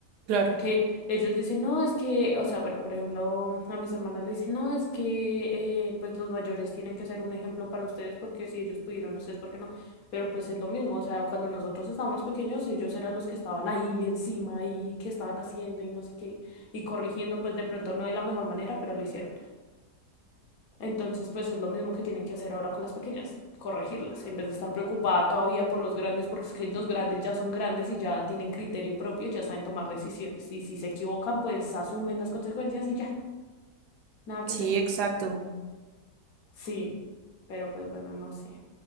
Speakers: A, on the right; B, on the left.
A: Claro,
B: Porque ellos dicen, no, es que, o sea, bueno, por ejemplo, a mis hermanas le dicen, no, es que, eh, pues los mayores tienen que ser un ejemplo para ustedes porque si ellos pudieron, ustedes, ¿por qué no? Pero pues es lo mismo, o sea, cuando nosotros estábamos pequeños, ellos eran los que estaban ahí encima y que estaban haciendo y no sé qué, y corrigiendo, pues de pronto no de la mejor manera, pero lo hicieron. Entonces, pues es lo mismo que tienen que hacer ahora con las pequeñas, corregirlas, en vez de estar preocupada todavía por los grandes, porque es que los grandes ya son grandes y ya tienen criterio propio, ya saben tomar decisiones. Y si se equivocan, pues asumen las consecuencias y ya, nada que
A: sí,
B: hacer.
A: exacto.
B: Sí, pero pues bueno, no sé.